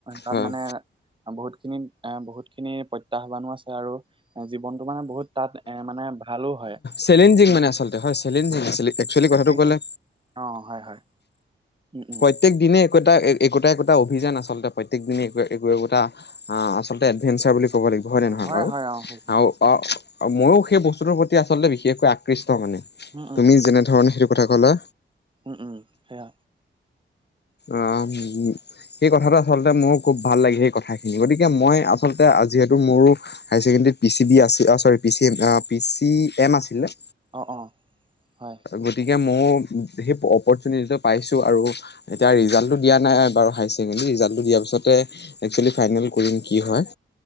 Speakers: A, on the right (about 25°); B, on the left (about 55°).
A: তাত
B: হয়
A: মানে বহুত খিনিত এ বহুত খিনি প্ৰত্যাহ্বানো আছে আৰু জীৱনটো মানে বহুত তাত এ মানে ভালো হয়।
B: চেলেঞ্জিং
A: উম
B: মানে আচলতে হয় চেলিঞ্জিং একচুৱেলি কথাটো
A: উম
B: ক'লে
A: অ হয় হয়। উ অ
B: প্ৰত্যেক দিনে একোটা একোটা একোটা অভিযান আচলতে প্ৰত্যেক দিনে একো একোটা হ আচলতে এডভেঞ্চাৰ বুলি ক'ব লাগিব হয়নে নহয়
A: হয়
B: বাৰু।
A: হয় অ সেইখিনি
B: আও অ ময়ো সেই বস্তুটোৰ প্ৰতি আচলতে বিশেষকৈ আকৃষ্ট মানে।
A: উম
B: তুমি যেনে ধৰণে সেইটো কথা ক'লা
A: উ উ সেয়া
B: অম সেই কথাটো আচলতে মোৰ খুব ভাল লাগে সেই কথাখিনি গতিকে মই আচলতে যিহেতু মোৰ হায় ছেকেণ্ডাৰীত পি চি বি আছি আ চৰি পি চি এম আছিলে।
A: অ অ হয়।
B: গতিকে মও সেই অপৰচুনিটিটো পাইছো আৰু এতিয়া ৰিজাল্টো দা নাই বাৰু হায়াৰ ছেকণ্ডেৰী ৰিজাল্টো দিয়াৰ পিছতে একচুৱেলি ফাইনেল কৰিম কি হয়।